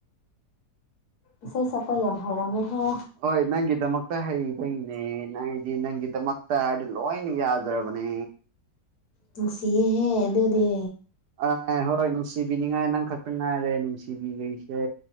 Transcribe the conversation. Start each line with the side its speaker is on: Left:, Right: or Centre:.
Left: ꯏꯁꯩ ꯁꯛꯄ ꯌꯥꯝ ꯍꯩꯔꯝꯃꯦꯍꯦ
Right: ꯍꯣꯏ ꯅꯪꯒꯤꯗꯃꯛꯇ ꯍꯩꯕꯩꯅꯦ ꯅꯪꯗꯤ ꯅꯪꯒꯤꯗꯃꯛꯇ ꯍꯥꯏꯗꯤ ꯂꯣꯏꯅ ꯌꯥꯗ꯭ꯔꯕꯅꯦ
Left: ꯅꯨꯡꯁꯤꯌꯦꯍꯦ ꯑꯗꯨꯗꯤ
Right: ꯑꯥꯏ ꯍꯣꯏ ꯅꯨꯡꯁꯤꯕꯤꯅꯤꯉꯥꯏ ꯅꯪ ꯈꯛꯇ ꯉꯥꯏꯔꯦ ꯅꯨꯡꯁꯤꯕꯤꯕꯩꯁꯦ